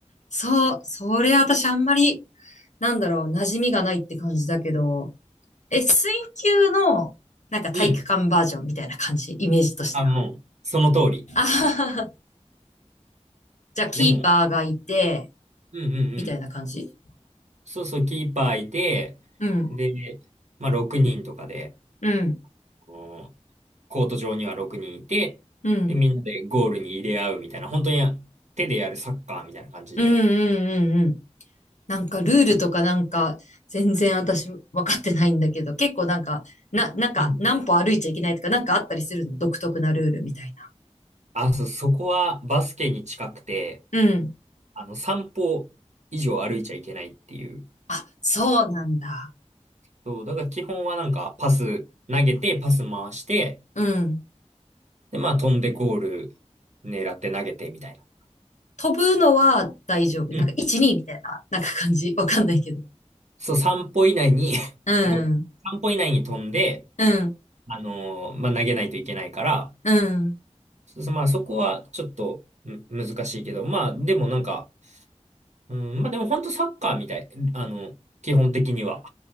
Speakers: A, on the left (about 85°); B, on the right (about 75°).
A: そう、それ私あんまり、なんだろう、馴染みがないって感じだけど、え、水球の、なんか体育館バージョンみたいな感じ、
B: う。うん。
A: イメージとしては。
B: あ、もう、その通り。
A: あはははじゃあ、キーパーがいて、
B: でも、うんうんうん。
A: みたいな感じ
B: そうそう、キーパーいて、
A: うん、
B: で、まあ、6人とかで、
A: うん、
B: こうコート上には6人いて、
A: うん。
B: で、みんなでゴールに入れ合うみたいな、本当に手でやるサッカーみたいな感じで。
A: うんうんうんうん。なんかルールとかなんか全然私分かってないんだけど、
B: う
A: 結構なんか、な、なんか何歩歩いちゃいけないとかなんかあったりするの独特なルールみたい
B: ん。あ、そう、そこはバスケに近くて、
A: な。うん。
B: あの、散歩以上歩いちゃいけないっていう。
A: あ、そうなんだ。
B: そう、だから基本はなんかパス投げて、パス回して、
A: うん。
B: で、まあ飛んでゴール狙って投げてみたいな。
A: 飛ぶのは大丈夫。
B: うん。
A: なんか1、2みたいな、なんか感じ。わかんないけど。
B: そう、3歩以内に
A: うん。
B: <laughs> ごめん。3歩以内に飛んで、
A: うん。
B: あのーまあ投げないといけないから、
A: うん。
B: そうそうまあそこはちょっとむ難しいけど、まあでもなんか、うん、まあでも本当サッカーみたい。あの、基本的には。